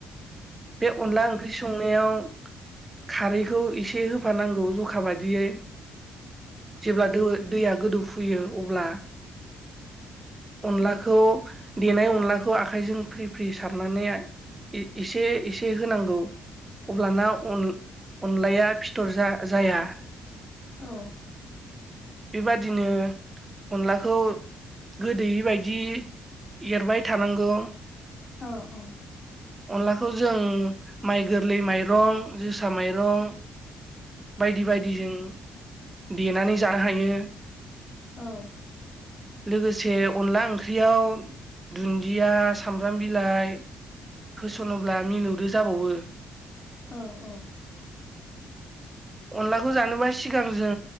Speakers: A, on the right; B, on the left.
A: बे अनला ओंख्रि संनायाव खारैखौ एसे होफानांगौ जखा बायदि- बिदियै जेब्ला दो दैया गोदौफुयो अब्ला- अनलाखौ देनाय अनलाखौ आखायजों फ्रि फ्रि सारनानै एसे एसे होनांगौ- अब्लाना अनलाया फिथर जाया
B: औ
A: बेबादिनो अनलाखौ गोदोयै बायदि एरबाय थानांगौ
B: औ औ
A: अनलाखौ जों माइ गोरलै माइरं जोसा माइरं बायदि बायदिजों देनानै जानो हायो।
B: औ
A: लोगोसे अनला ओंख्रियाव दुनदिया सामब्राम बिलाइ होसनोब्ला मिलौदो जाबावो।
B: औ औ।
A: अनलाखौ जानोबा सिगां जों